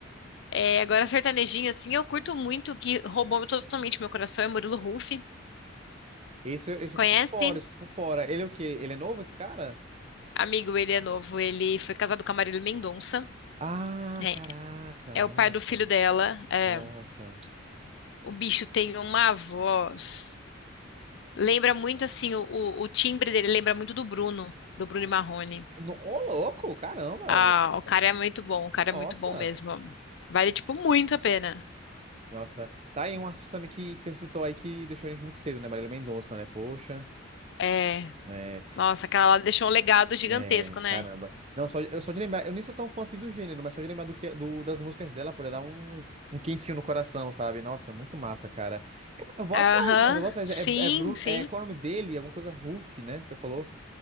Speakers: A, on the left; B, on the right.
A: É, agora, sertanejinho, assim, eu curto muito, que roubou totalmente meu coração, é Murilo Huff.
B: Esse, esse
A: Conhece?
B: eu tô por fora, esse eu tô por fora. Ele é o quê? Ele é novo, esse cara?
A: Amigo, ele é novo, ele foi casado com a Marília Mendonça,
B: Ah,
A: né?
B: caraca,
A: É
B: nossa,
A: o pai do filho dela. é.
B: nossa.
A: O bicho tem uma voz. Lembra muito assim, o, o- o timbre dele lembra muito do Bruno, do Bruno e Marrone.
B: Se- no- Ô, louco, caramba.
A: Ah,
B: ele-
A: o cara é muito bom, o cara
B: Nossa,
A: é muito bom mesmo. Vale, tipo, muito a pena.
B: nossa. Tá aí um artista também que, que você citou aí que deixou a gente muito cedo, né? Marília Mendonça, né? Poxa.
A: É.
B: É.
A: Nossa, aquela lá deixou um legado gigantesco,
B: É,
A: né?
B: caramba. Não, só, eu só de lembrar, eu nem sou tão fã assim do gênero, mas só de lembrar do que, do, das músicas dela, pode dar um, um quentinho no coração, sabe? Nossa, muito massa, cara. Cara, eu vou
A: Aham,
B: atrás, mano, eu vou atrás.
A: sim,
B: É, é Bruno,
A: sim.
B: é, qual é o nome dele? Alguma coisa Ruff, né? Que você falou?